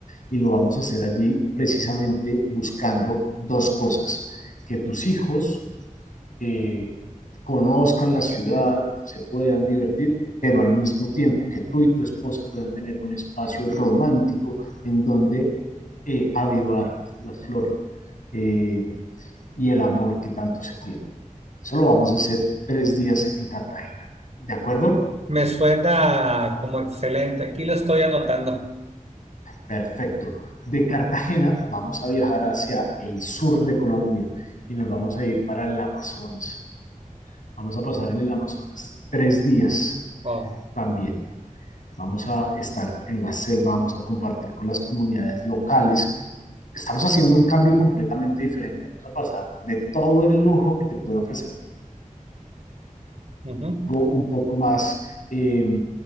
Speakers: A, on the left; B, on the right.
A: Y lo vamos a hacer allí precisamente buscando dos cosas, que tus hijos eh, conozcan la ciudad, se puedan divertir, pero al mismo tiempo que tú y tu esposa puedan tener un espacio romántico en donde eh, avivar la flor eh, y el amor que tanto se tiene. Eso lo vamos a hacer tres días en Cartagena. ¿De acuerdo?
B: Me suena como excelente. Aquí lo estoy anotando.
A: Perfecto. De Cartagena vamos a viajar hacia el sur de Colombia y nos vamos a ir para el Amazonas. Vamos a pasar en el Amazonas tres días
B: Wow.
A: también. vamos a estar en la selva, vamos a compartir con las comunidades locales. Estamos haciendo un cambio completamente diferente. Vamos a pasar de todo el lujo que te puede ofrecer
B: Ujú.
A: un poco más eh,